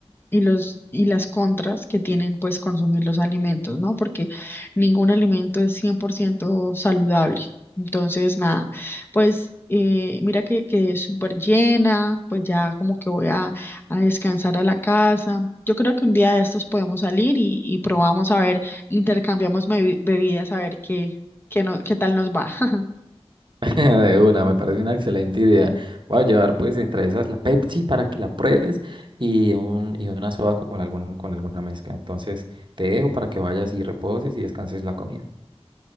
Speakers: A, on the left; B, on the right.
A: y los y las contras que tienen, pues, consumir los alimentos, ¿no? Porque ningún alimento es 100% saludable. Entonces, nada, pues eh, mira que quedé súper llena, pues ya como que voy a a descansar a la casa. Yo creo que un día de estos podemos salir y, y probamos a ver, intercambiamos bebi- bebidas a ver qué, qué, no- qué tal nos va. <laughs>
B: <laughs> De una, me parece una excelente idea. Voy a llevar pues entre esas la Pepsi para que la pruebes y, un, y una soda con algún, con alguna mezcla. Entonces te dejo para que vayas y reposes y descanses la comida.